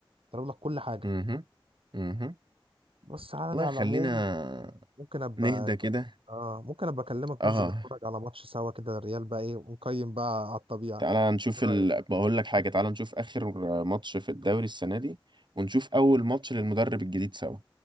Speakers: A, on the right; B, on the right.
A: يضرب لك كل حاجة
B: اها اها
A: بس على
B: والله
A: ده على
B: خلينا
A: العموم ممكن ابقى
B: نهدى كده
A: اه ممكن ابقى اكلمك
B: اه
A: ننزل نتفرج على ماتش سوا كده الريال بقى ايه ونقيم بقى على الطبيعة
B: تعالى نشوف
A: ايه
B: ال...
A: رأيك
B: بقول لك حاجة تعالى نشوف آخر ماتش في الدوري السنة دي ونشوف أول ماتش للمدرب الجديد سوا